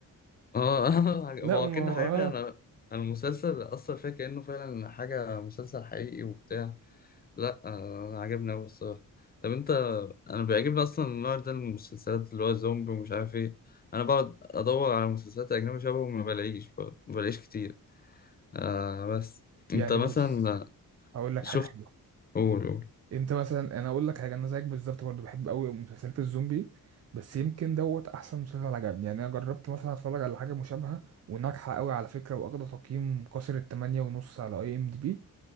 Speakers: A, on the left; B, on the right.
A: اه <laughs>
B: <laughs>
A: ما
B: لا
A: هو
B: ما
A: كأنه
B: هو
A: حاجة
B: اه
A: انا أنا المسلسل اصلا فيها كأنه فعلا حاجة مسلسل حقيقي وبتاع لا آه، عجبني أوي الصراحة طب أنت أنا بيعجبني أصلا النوع ده من المسلسلات اللي هو زومبي ومش عارف إيه أنا بقعد أدور على مسلسلات أجنبي شبهه ما بلاقيش برضه ما بلاقيش كتير آه بس
B: يعني
A: أنت مثلا
B: بص هقول لك
A: شفت
B: حاجة حلوة
A: قول قول
B: انت مثلا انا اقول لك حاجة انا زيك بالظبط برضه بحب قوي مسلسلات الزومبي بس يمكن دوت احسن مسلسل عجبني يعني انا جربت مثلا اتفرج على حاجة مشابهة وناجحة قوي على فكرة واخدة تقييم كسر التمانية ونص على اي ام دي بي